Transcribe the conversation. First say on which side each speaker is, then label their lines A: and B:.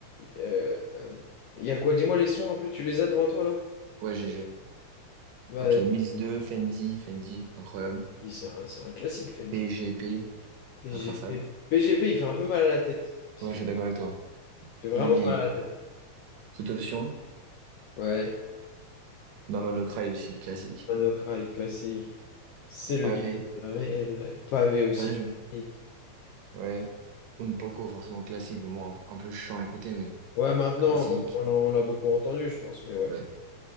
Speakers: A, on the left; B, on the right.
A: euh, euh, Il y a quoi? Dis-moi les sons un peu, tu les as devant toi là?
B: Ouais, GG.
A: Bah,
B: Ok, Mills deux Fendi, Fendi, incroyable.
A: il- c'est un, c'est un classique, Fendi.
B: PGP,
A: PGP.
B: intraçable.
A: PGP, il fait un peu mal à la tête, si
B: Ouais,
A: tu
B: je
A: veux.
B: suis d'accord avec toi.
A: Il fait vraiment
B: Même vie,
A: mal à la tête.
B: toute option.
A: Ouais,
B: Maman no Cry aussi, classique.
A: Manocry, classique. C'est le
B: Pavé,
A: guide réel, live. Pavé aussi.
B: pavé, je...
A: Ouais,
B: ouais. Un poco, forcément classique, mais bon, un, un peu chiant à écouter, mais
A: Ouais, maintenant,
B: classique.
A: parce qu'on l'a on l'a beaucoup entendu, je pense, mais ouais.
B: Ouais.